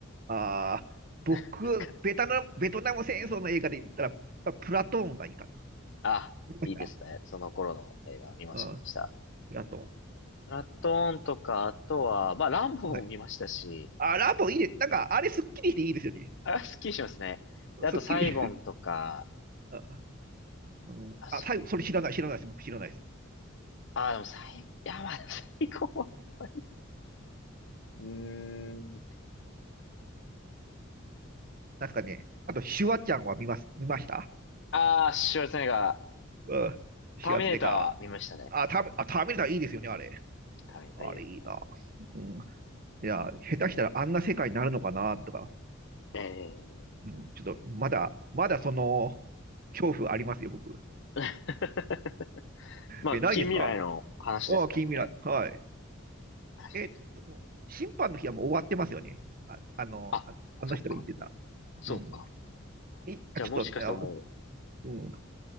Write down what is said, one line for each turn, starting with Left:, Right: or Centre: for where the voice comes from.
Right: ああ、僕、
Left: <laughs> なかなか。
Right: ベトナム、ベトナム戦争の映画で言ったら、やっぱプラトーンがいいかな。
Left: あ、
Right: 見ました
Left: いいですね。その頃の映画見ました、
Right: うん、
Left: 見ました。
Right: プラトー
Left: プラトーンとか、あとは、まあ、ランボーも見ましたし、
Right: ン。はい。あ、ラボいいです。なんか、あれ、すっきりしていいですよね。
Left: あ、スッキリしますね。であと、
Right: すっきり。
Left: サイゴンとか、
Right: <laughs> あ、うん、
Left: あ、そうです。
Right: あ、最後、それ知らない、知らないです。僕知らないです。
Left: あ、でも、サイ、いや、まあ、<laughs> サイゴンはあんまり。うーん。
Right: なんすかね。あと、シュワちゃんは見ます、見ました
Left: あしシュワルツェネッガー。
Right: うん。シュワツでか。
Left: ターミネーターは見ましたね。
Right: あ、ター、あ、ターミネーターいいですよね、あれ。
Left: ターミネーターいいですね。
Right: あれいいな。うん。いや、下手したらあんな世界になるのかな、とか。
Left: ええ
Right: うん。ちょっと、まだ、まだその、恐怖ありますよ、僕。
Left: <laughs> まあ、
Right: え、ないですか
Left: 近未来の話ですからね。
Right: ああ、近未来。はい。
Left: 確かに
Right: えっと、うん審判の日はもう終わってますよね。あ、あの、
Left: あ、
Right: あ、あの人が言ってた。
Left: そっか。そうか。
Right: うん。い、あ、
Left: じゃあ、
Right: ちょっと、
Left: もしかしたらもう、
Right: あ、うん。